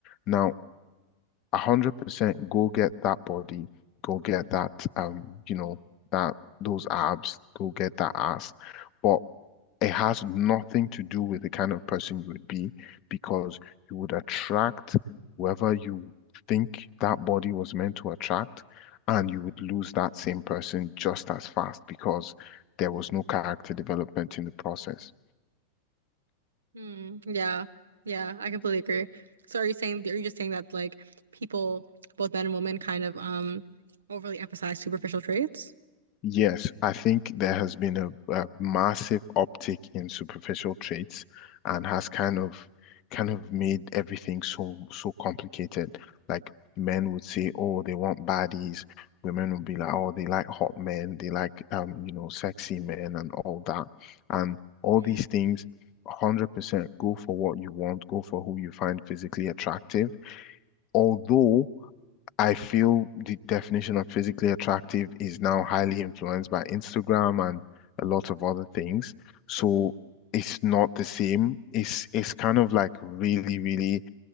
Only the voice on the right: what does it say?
Hmm. Yeah. Yeah. I completely agree. So are you saying are you just saying that like people, both men and women, kind of um overly emphasize superficial traits?
Hmm.